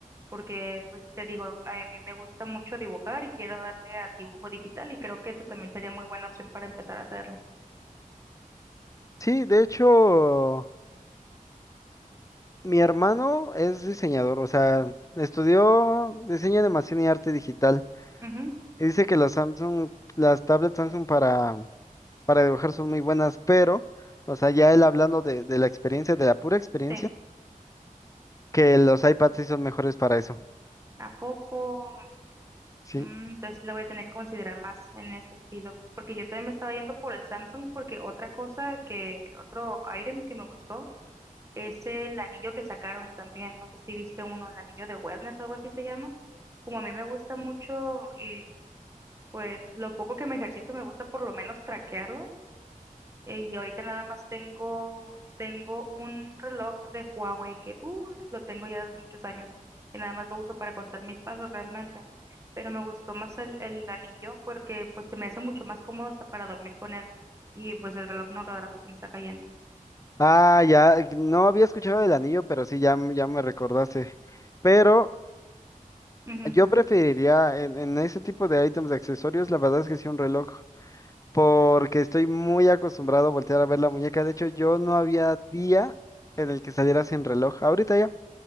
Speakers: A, on the right (about 20°); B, on the left (about 25°).
A: porque pues, te digo, a mí me gusta mucho dibujar y quiero darle al dibujo digital y creo que esto también sería muy buena opción para empezar a hacerlo.
B: Sí, de hecho, mi hermano es diseñador, o sea, estudió diseño de animación y arte digital.
A: Ujú,
B: Dice que las Samsung, las tablets Samsung para, para dibujar son muy buenas, pero, o sea, ya él hablando de, de la experiencia, de la pura experiencia,
A: sí.
B: que los iPads sí son mejores para eso.
A: ¿A poco?
B: Sí.
A: Mm, entonces lo voy a tener que considerar más en ese estilo, porque yo también me estaba yendo por el Samsung, porque otra cosa que, otro item que me gustó es el anillo que sacaron también, no sé si viste uno, el anillo de wellness, algo así se llama, como a mí me gusta mucho, y pues lo poco que me ejercito me gusta por lo menos traquearlo, eh, Y ahorita nada más tengo, tengo un reloj de Huawei que uh, lo tengo ya desde hace muchos años y nada más lo uso para contar mis pasos realmente. Pero me gustó más el, el anillo porque pues se me hace mucho más cómodo hasta para dormir con él. Y pues el reloj no cada rato se me está cayendo.
B: Ah, ya, eh, no había escuchado del anillo, pero sí, ya, m- ya me recordaste. Pero
A: Wow,
B: yo preferiría en, en ese tipo de ítems de accesorios, la verdad es que sí un reloj, porque estoy muy acostumbrado a voltear a ver la muñeca. De hecho, yo no había día en el que saliera sin reloj. Ahorita ya.